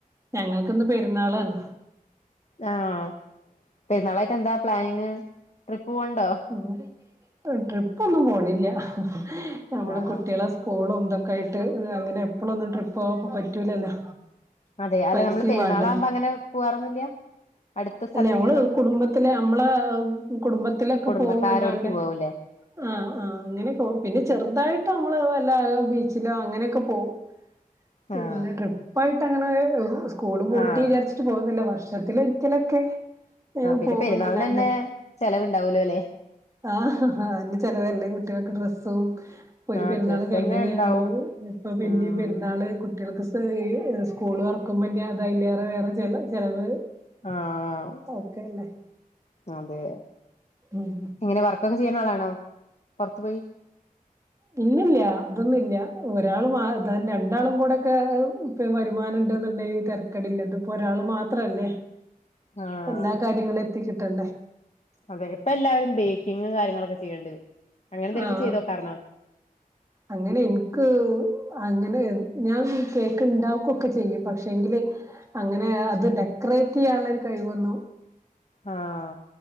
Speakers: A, on the right; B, on the left.
A: ഞങ്ങക്ക്ന്ന് പെരുന്നാളാണ്.
B: ആഹ് പെരുന്നാളായിട്ട് എന്താ പ്ലാനിങ്ങ്? ട്രിപ്പ് പോണ് ണ്ടോ?
A: ഓര് ട്രിപ്പൊന്നും പോണില്ല. നമ്മളെ
B: ആഹ്
A: കുട്ട്യാളെ
B: ആഹ്
A: സ് കൂളും ഇതൊക്കെയായിട്ട് അങ്ങനെ എപ്പളൊന്നും ട്രിപ്പോവാം ഇപ്പ പറ്റൂലല്ലോ.
B: അതെ അല്ല
A: പൈസയും
B: നമ്മള് പെരുന്നാളാമ്പ
A: വേണ്ടേ
B: അങ്ങനെ പോവാറൊന്നുല്ല? അടുത്ത
A: അല്ല
B: സ്ഥലത്തേക്കൊന്നും
A: നമ്മള് കുടുംബത്തിലെ നമ്മളെ കുടുംബത്തിലൊക്കെ
B: കുടുംബക്കാരോടക്ക്
A: പോവുന്നല്ലാണ്ടേ.
B: പോവൂലേ
A: ആഹ് ആഹ് അങ്ങനെയൊക്കെ പോവും. പിന്നെ ചെറുതായിട്ട് നമ്മള് വല്ല ബീച്ചിലോ അങ്ങനെയൊക്കെ പോവും. പിന്നെ
B: ആഹ്
A: ട്രിപ്പായിട്ട് അങ്ങനെ സ്കൂള് പൂട്ടി
B: ആഹ്
A: വിചാരിച്ചി ട്ട് പോവുന്നില്ല. വർഷത്തിലൊരിക്കലൊക്കെ ഏഹ്
B: ആഹ്. പിന്നെ
A: പോകുന്നല്ലാണ്ടെ
B: പെരുന്നാളിന് തന്നെ ചെലവുണ്ടാവൂല്ലൊല്ലെ?
A: ആഹ്. അന്നെ ചെലവന്നെ. കുട്ട്യാക്ക് ഡ്രസ്സും ഇപ്പൊരു
B: ആഹ്
A: പെരുന്നാള്
B: ഡ്രസ്സെന്നെ
A: കഴിഞ്ഞതേ
B: ഇണ്ടാവും
A: ഒള്ളൂ. ഇപ്പൊ പിന്നിം
B: ഉം
A: പെരുന്നാള് കു ട്ട്യാള്ക്ക്സ് ഈഹ് സ്കൂള് തൊർക്കുമ്പ ഇഞ്ഞ് അതയിലേറെ വേറെ ചെല ചെലവ്.
B: ആഹ്
A: ഓക്കെല്ലേ
B: അതെ.
A: ഉം.
B: എങ്ങനെ വർക്കൊക്കെ ചെയ്യണ ആളാണോ, പൊറത്ത് പോയി?
A: ഇല്ലല്ല്യ അതൊന്നുല്ല. ഒരാള് മ അതന്നെ രണ്ടാളും കൂടെക്കെ ഇപ്പ വരുമാനണ്ട്ന്ന്ണ്ടെയി തരക്കേടില്ല. ഇത്പ്പൊ ഒരാള് മാത്രല്ലേ.
B: ആഹ്
A: എല്ലാ കാര്യങ്ങളു എത്തിക്കിട്ടണ്ടേ.
B: അതെ. ഇപ്പ എല്ലാരും ബേക്കിങ് കാര്യങ്ങളൊക്കെ ചെയ്യ്ണ്ട്. അങ്ങനെ എന്തേലൊക്കെ
A: ആഹ്.
B: ചെയ്ത് നോക്കാറ്ന്നോ
A: അങ്ങനെ ഇൻക്ക് അങ്ങനെ, ഞാൻ ഈ കേക്ക് ഇണ്ടാക്കൊക്കെ ചെയ്യും. പക്ഷെങ്കില് അങ്ങനെ അത് ഡെക്കറേറ്റ് ചെയ്യാനുള്ളരു കഴിവൊന്നും
B: ആഹ്